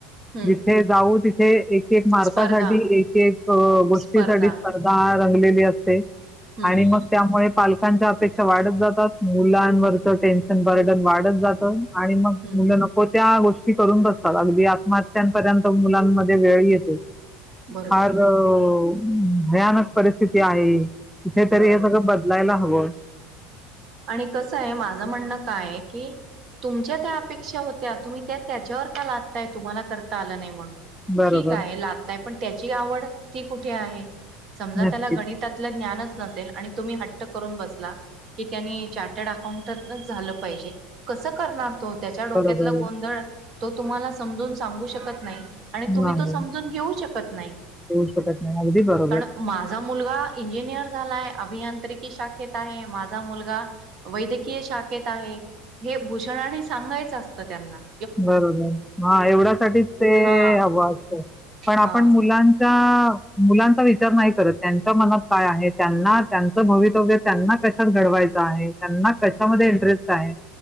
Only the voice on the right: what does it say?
हम्म
स्पर्धा
हो
स्पर्धा
हम्म
हम्म
बरोबर
बरोबर
आणि कसं या, माझं म्हणणं कायय कीऽऽ तुमच्या त्या अपेक्षा होत्या, तुम्ही त्या त्याच्यावर का लादताय तुम्हाला करता आलं नाही म्हणूनऽऽ
ठीक आहे लागताय पण त्याची,, आवड ती कुठे आहे. समजा
त्याला गणितातलं ज्ञानच नसेल, आणि तुम्ही हट्ट करून बसला. की त्यांनी चार्टर्ड अकाउंटच झालं पाहिजे, कसं करणार तो. त्याच्या डोक्यातला
गोंधळ,, तो तुम्हाला समजून सांगू शकतऽऽ नाही, आणि तुम्ही
तो समजून घेऊ शकत नाही.
पण माझा मुलगा इंजिनियर झालाय, अभियांत्रिकी शाखेत आहे, माझ. माझा मुलगा वैद्यकीय शाखेत आहे, हे भूषणाने आणि सांगायचं असतं त्यांनाऽऽ
हा
हा
हम्म